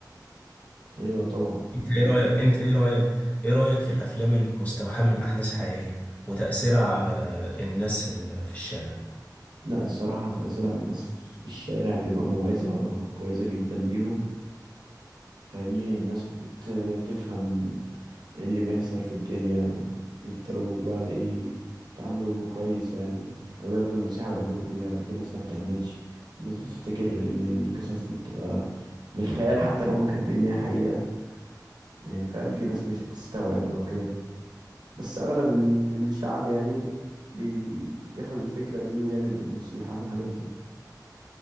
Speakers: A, on the right; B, on the left.
A: أيوة طبعا
B: انت
A: زي
B: ايه
A: ما
B: رأيك
A: أنت
B: انت ايه رأيك ايه رأيك في الافلام المستوحاة من احداث حقيقية وتأثيرها على الناس اللي في الشارع
A: لا الصراحة تأثير على الناس في الشارع بيبقى موعظة كويسة جدا ليهم فاهمني الناس بتفهم ايه اللي بيحصل في الدنيا ويفضلوا بقى ايه يتعاملوا كويس يعني او ياخدوا النصيحة ويعملوا بيها وفي ناس ما بتعملش في ناس بتفتكر ان القصص دي بتبقى من الخيال حتى لو هم كاتبين ان هي حقيقة يعني فاهم في ناس مش بتستوعب او كده بس اغلب ال- الشعب يعني بياخد الفكرة دي ويعمل بالنصيحة والحاجات دي